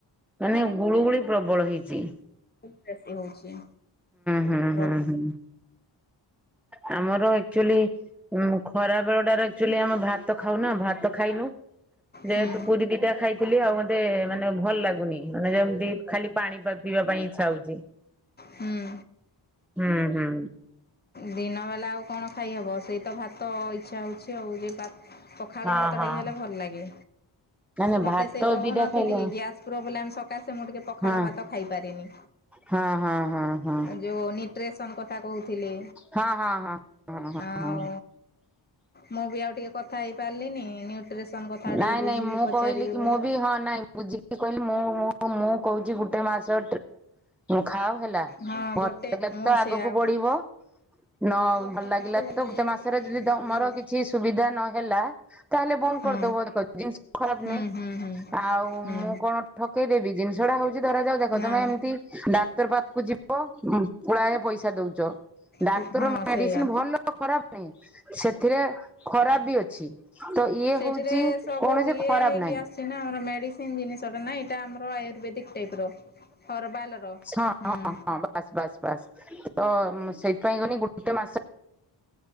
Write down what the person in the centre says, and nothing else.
ମାନେ ଗୁଳୁଗୁଳି ପ୍ରବଳ ହେଇଚି।
ହୁଁ ହୁଁ
ହୁଁ ଆମର ଏ ଆଚୁଲି ଉ ଖରା ବେଳଟାରେ ଆଚୋଲି ଆମେ ଭାତ ଖାଉନା ଭାତ ଖାଇନୁ। ଯେହେତୁ
ପୁରୀ ଦିଟା ଖାଇଥିଲି ଆଉ ମତେ ମାନେ ଭଲ ଲାଗୁନି ମାନେ ଯେମିତି ଖାଲି ପାଣି। ପାଣି ପା ପିଇବା ପାଇଁ ଇଚ୍ଛା ହଉଚି
ହୁଁ ହୁଁ।
ହଁ ହଁ।
ନା ନା
ଭାତ
ଦିଟା ଖାଇଲା
ହଁ
ହଁ ହଁ ହଁ ହଁ ହଁ ହଁ
ହଁ। ହଁ ହଁ ହଁ
ନାଇଁ
ନାଇଁ ମୁଁ
କହିଲିକି
ମୁଁ ବି ହଁ ନାଇଁ ବୁଝିକି କହିଲି ମୁଁଁ ମୁଁ ହ ମୁଁ କହୁଛି ଗୋଟେ ମାସ ଖାଅ ହେଲା
ଭଲ
ଲାଗିଲେଣ
ତ ଆଗକୁ
ବଢିବ ନ
ଭଲ ଲାଗିଲା
ତ
ଗୋଟେ
ମାସରେ
ଯଦି
ତମର କିଛି ସୁବିଧା ନ ହେଲା ତାହେଲେ ବନ୍ଦ
କରିଦବ <unintelligible> ଜିନିଷ ଖରାପ
ନାହିଁ।
ଆଉ
ମୁଁ କଣ ଠକେଇଦେବି ଜିନିଷଟା ହଉଛି ଧରାଜାଉ ଦେଖ
ତମେ
ଏମିତି ଡାକ୍ତର ପାଖକୁ ଯି ବ ପୁଳାଏ ପଇସା ଦଉଛ। ଡାକ୍ତର
ମେଡିସିନ
ଭଲ ଖରାପ ନାହିଁ ସେଥିରେ ଖରାପ ବି ଅଛି। ତ ଇଏ
ହଉଛି
କୌଣସି
ଖରାପ
ନାହିଁ
ହଁ
ହଁ ବାସ୍, ବାସ୍, ବାସ୍। ତ ସେଇଥିପାଇଁ ଗନି ଗୋଟେ ମାସ